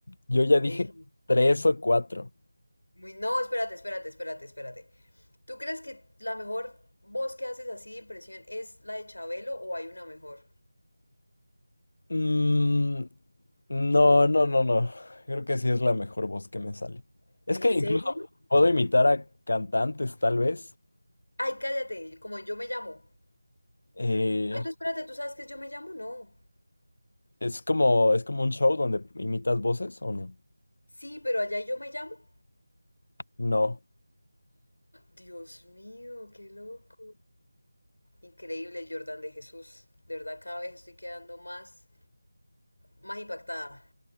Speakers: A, on the left; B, on the left.
A: Yo ya dije
B: Ey.
A: tres o cuatro.
B: Muy, no, espérate, espérate, espérate, espérate. ¿Tú crees que la mejor voz que haces así de impresión es la de Chabelo o hay una mejor?
A: Mm, no, no, no, no. Creo que sí es la mejor voz que me sale. Es que
B: ¿En serio?
A: incluso puedo imitar a cantantes, tal vez.
B: Ay, cállate, como yo me llamo.
A: Eh,
B: Ay, no, espérate, ¿tú sabes que es yo me llamo? No.
A: es como, es como un show donde imitas voces, ¿o no?
B: Sí, pero allá hay yo me llamo.
A: No,
B: Dios mío, qué loco. Increíble, Jordan de Jesús. De verdad, cada vez estoy quedando más, más impactada.